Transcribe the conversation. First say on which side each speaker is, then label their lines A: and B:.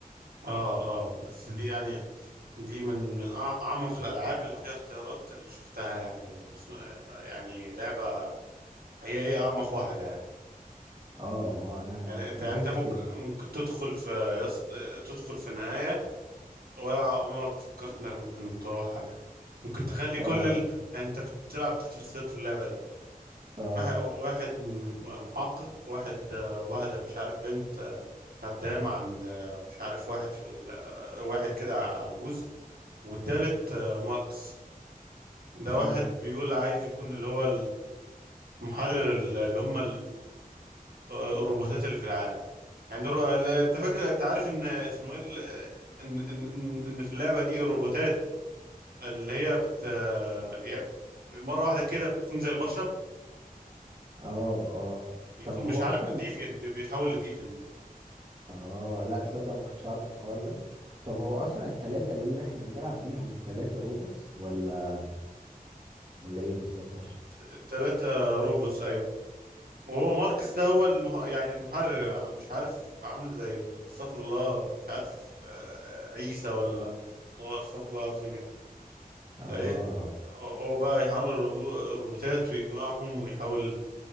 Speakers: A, on the right; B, on the right.
A: اه اه بس دي يعني دي من من أع- اعمق الالعاب اللي فيها اختيارات اللي شفتها يعني بس- يعني لعبة هي هي اعمق واحدة يعني.
B: اه ما انا
A: يعني انت
B: انا
A: يعني
B: حاسس
A: انت ممكن
B: كده
A: ممكن تدخل في يص... تدخل في نهاية ولا عمرك فكرت انك ممكن تروحها يعني ممكن تخلي كل
B: اه
A: ال... يعني انت بتلعب شخصيات في اللعبة دي
B: اه
A: واحد واحد مش- محقق واحد آه، واحدة مش عارف بنت آه، خدامة عند آه، مش عارف واحد في ال... آه، واحد كده عجوز والتالت آه، ماكس ده
B: امم
A: واحد بيقول عايز يكون اللي هو المحرر اللي هم آه، الروبوتات اللي في العالم يعني الرو... ال- انت فاكر انت عارف ان اسمه ايه ال- ان ان ان إن في اللعبه دي الروبوتات اللي هي بت آه، يعني مره واحده كده بتكون زي البشر
B: اه اه
A: بيكون
B: طب هو
A: مش عارف
B: اصلا
A: ديفين بي- بيتحول لديفين
B: اه لا تصدق ما كنتش عارف الحوار ده طب هو اصلا التلاتة اللي احنا بنلعب بيهم التلاتة روبوتس ولا ولا ايه بالظبط عشان-
A: الثلاثه روبوتس ايوه وهو ماركس ده هو المه... يعني المحرر مش عارف عامل زي استغفر الله مش عارف آه، عيسى ولا هو استغفر الله العظيم يعني
B: اه
A: فايه هو بقى يحرر الروبو- الروبوتات ويجمعهم ويحاول